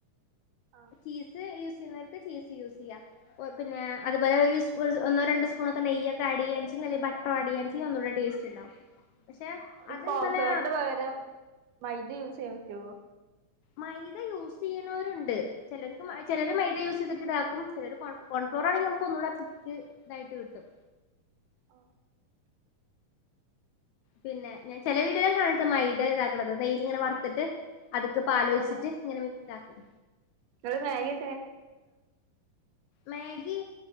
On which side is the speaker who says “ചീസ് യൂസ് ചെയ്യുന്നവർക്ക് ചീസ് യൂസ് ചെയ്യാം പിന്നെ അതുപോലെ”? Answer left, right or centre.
Left